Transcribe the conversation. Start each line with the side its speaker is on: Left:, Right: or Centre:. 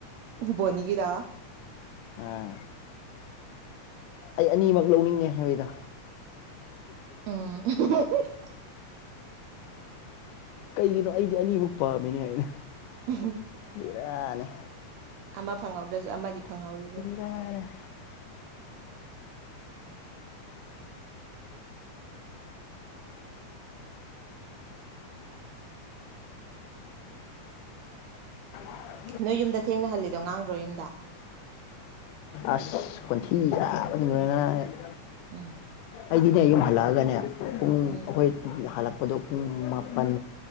Right: ꯕꯣꯅꯤꯒꯤꯗꯣ
Left: ꯑꯥ ꯑꯩ ꯑꯅꯤꯃꯛ ꯂꯧꯅꯤꯡꯉꯦ ꯍꯥꯏꯕꯩꯗꯣ
Right: <unintelligible>
Left: ꯀꯩꯒꯤꯅꯣ ꯑꯩꯗꯤ ꯑꯅꯤꯃꯨꯛ ꯄꯥꯝꯃꯤꯅꯦ ꯍꯥꯏꯅ
Right: <unintelligible>
Left: ꯕꯦꯔꯅꯦ
Right: ꯑꯃ ꯐꯪꯍꯧꯗ꯭ꯔꯁꯨ ꯑꯃꯗꯤ ꯐꯪꯍꯧꯔꯤ ꯑꯗꯨꯅꯤ
Left: ꯃꯥꯅꯤ <unintelligible> <unintelligible>
Right: ꯅꯣꯏ ꯌꯨꯝꯗ ꯊꯦꯡꯅꯍꯜꯂꯤꯗꯣ ꯉꯥꯡꯗ꯭ꯔꯣ ꯌꯨꯝꯗ
Left: ꯑꯁ ꯈꯟꯊꯤ ꯆꯥꯕꯗ ꯂꯣꯏꯔꯦ ꯉꯥꯔꯥꯡꯗꯤ
Right: ꯎꯝ
Left: ꯑꯩꯗꯤꯅꯦ ꯌꯨꯝ ꯍꯜꯂꯛꯑꯒꯅꯦ ꯄꯨꯡ
Right: ꯎꯝ
Left: ꯑꯩꯈꯣꯏ ꯍꯜꯂꯛꯄꯗꯣ ꯄꯨꯡ ꯃꯥꯄꯟ